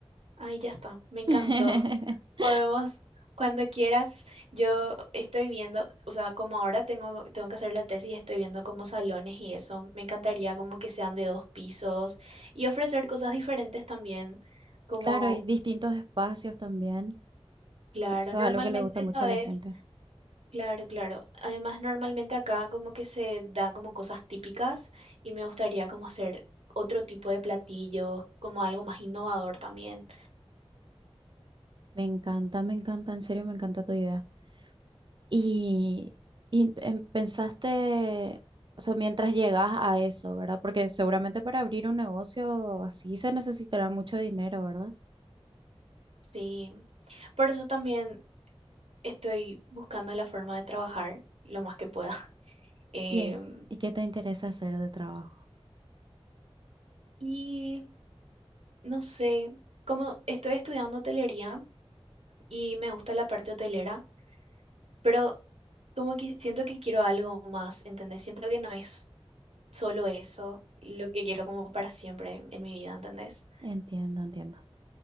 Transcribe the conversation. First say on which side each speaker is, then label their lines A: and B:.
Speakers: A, on the right; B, on the right.
A: Ay, ya está, me encantó.
B: <laughs>
A: <laughs> Podemos, cuando quieras, yo estoy viendo, o sea, como ahora tengo, tengo que hacer la tesis, estoy viendo como salones y eso. Me encantaría como que sean de dos pisos y ofrecer cosas diferentes también, como,
B: Claro, y distintos espacios también.
A: claro,
B: Eso
A: normalmente,
B: es algo que le gusta mucho
A: ¿sabes?
B: a la gente.
A: Claro, claro. Además, normalmente acá como que se da como cosas típicas y me gustaría como hacer otro tipo de platillos, como algo más innovador también.
B: Me encanta, me encanta, en serio, me encanta tu idea. Y, y em- pensaste, o sea, mientras llegas a eso, ¿verdad? Porque seguramente para abrir un negocio así se necesitará mucho dinero, ¿verdad?
A: Sí. Por eso también Estoy buscando la forma de trabajar lo más que pueda. <laughs> Em,
B: ¿Y, eh, y qué te interesa hacer de trabajo?
A: y no sé, como estoy estudiando hotelería y me gusta la parte hotelera, pero como que siento que quiero algo más, ¿entendés? Siento que no es solo eso, lo que quiero como para siempre en mi vida, ¿entendés?
B: Entiendo, entiendo.